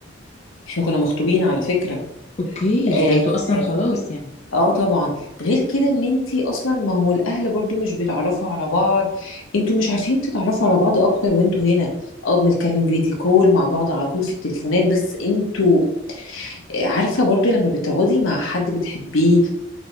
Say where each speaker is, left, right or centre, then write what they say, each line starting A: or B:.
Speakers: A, on the left; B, on the left.
A: احنا كنا مخطوبين على فكره
B: اوكي
A: اه
B: وده انتوا اصلا خلاص يعني
A: آه طبعا غير كده ان انتي اصلا ما هو الاهل برضو مش بيتعرفوا على بعض انتوا مش عارفين تتعرفوا على بعض اكتر وانتوا هنا اه بنتكلم فيديو كول مع بعض على طول في التليفونات بس انتوا آه، عارفه برضو لما بتقعدي مع حد بتحبيه